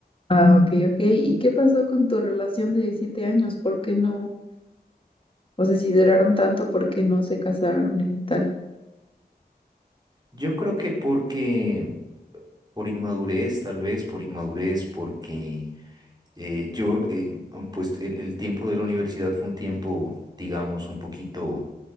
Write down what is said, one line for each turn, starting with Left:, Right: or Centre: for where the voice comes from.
Left: Ah, ok, ok. ¿Y qué pasó con tu relación de siete años? ¿Por qué no? O sea, si duraron tanto, ¿por qué no se casaron y tal?
Right: Yo creo que porque, por inmadurez, tal vez, por inmadurez, porque Eh, yo, eh, pues el, el tiempo de la universidad fue un tiempo, digamos, un poquito